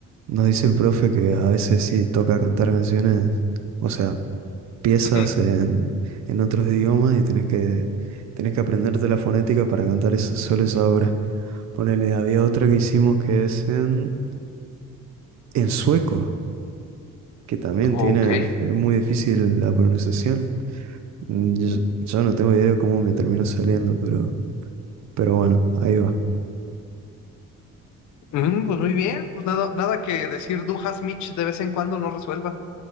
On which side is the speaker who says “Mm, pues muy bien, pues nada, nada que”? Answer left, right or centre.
Left